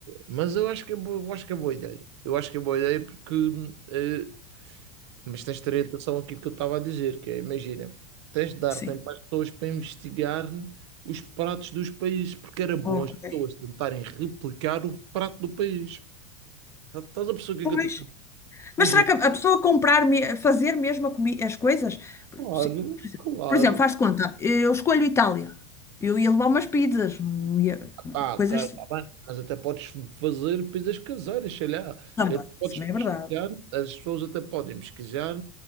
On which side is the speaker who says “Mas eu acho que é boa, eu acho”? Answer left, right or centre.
Right